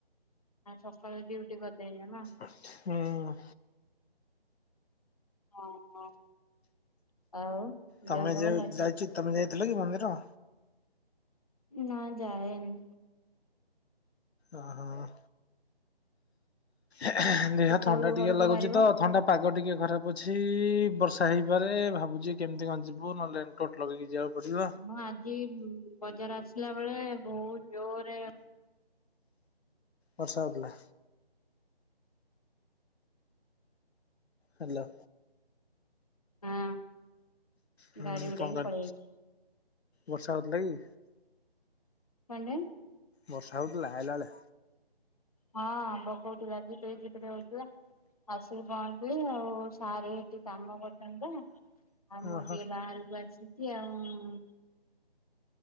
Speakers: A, on the left; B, on the left.
A: ଆଜି ସଖାଳ ଡ୍ୟୁଟି କରିଦେଇଚ, ନାଁ?
B: ହୁଁ-ଉଁ।
A: ଅଁ ହଁ ଆଉ?
B: ତମେ
A: ଦେହ ପା
B: ଯେ
A: ଭଲ ଅଛି?
B: ଯାଇଚୁ ତମେ ଯାଇଥିଲ କି ମନ୍ଦିର?
A: ନାଁ ଯାଏନି।
B: ଅ ହଁ। ଏହେଁ ଦେହ
A: କେତେବେଳକୁ
B: ଥଣ୍ଡା ଟିକେ
A: ଘରକୁ
B: ଲାଗୁଚି
A: ବାହାରିବ?
B: ତ ଥଣ୍ଡା ପାଗ ଟିକେ ଖରାପ ଅଛି-ଇ ବର୍ଷା ହେଇପାରେ ଭାବୁଚି କେମିତି କଁ ଯିବୁ ନଏଲେ ରେନ୍କୋଟ ଲଗେଇକି ଯିବାକୁ ପଡିବ।
A: ହଁ ଆଜି ବଜାର ଆସିଲା ବେଳେ ବୋହୁତ୍ ଜୋରେ
B: ବର୍ଷା ହୋଉଥୁଲା। ହାଲୋ।
A: ହଁ
B: ହୁଁ
A: ଗାଡ଼ି ଉଡେଇକି
B: କଣ କହିଲ
A: ପଳିଆଇଚି।
B: ବର୍ଷା ହୋଉଥିଲା କି?
A: କଣ୍ଡେ।
B: ବର୍ଷା ହଉଥିଲା ଆଇଲାଳେ?
A: ହଁ ପକଉଥିଲା ଝିପିରି-ଝିପିରି ହଉଥିଲା। ଆସିକି ପହଞ୍ଚିଲି ଆଉ-ଉ ସାର ହେଟି କାମ କରୁଚନ୍ତି। ଆଉ ମୁଁ
B: ଓହୋ
A: ଟିଏ ବାହାରୁକୁ ଆସିଚି ଆଉ-ଉଁ।